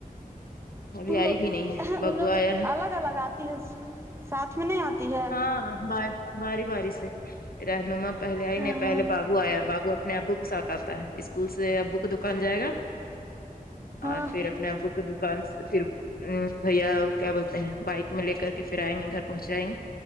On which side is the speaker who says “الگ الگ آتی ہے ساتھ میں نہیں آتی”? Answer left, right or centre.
Right